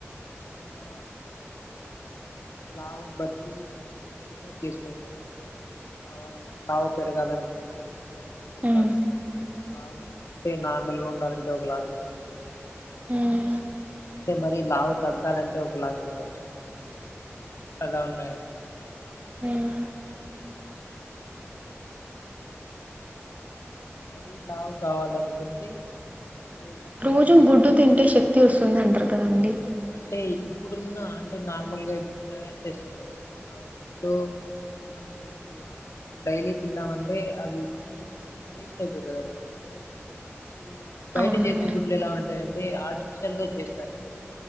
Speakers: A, on the left (about 75°); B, on the right (about 30°).
A: ఉన్న ఎ లావును బట్టి మనం డిసైడ్ చేసుకోవచ్చండి అంటే మనం కావాలంటే లావు పెరగాల నుకుంటే ఒకలాగ
B: ఉమ్,
A: తినొచ్చు లావు ప్ అంటే నార్మల్ గా ఉండలేంటే ఒక లాగ తినొచ్చు అలా
B: ఉమ్,
A: అంటే మరి లావు తగ్గాలంటే ఒక లాగ తినొచ్చు అలా ఉన్నాయి
B: అవును
A: మరీ లావు కావాలనుకుంటే ఇప్పుడు
B: రోజు
A: ఈ
B: గుడ్డు తింటే శక్తి వస్తుంది అంటారు కదండి
A: అంటే ఇప్పుడున్న అంటే నార్మల్గా ఇప్పుడు తయారు చేస్తారు కదండి ఆ గుడ్డులో ఆ ఇప్పుడు మనం డైలీ తిన్నామంటే అది గుడ్డు వేస్ట్ అయిపోతదండి అంటే ఇప్పుడు బయట
B: అవునండి
A: చేసే గుడ్లు ఎలా ఉంటాయంటే ఆర్టిఫిషియల్ గా చేస్తారండి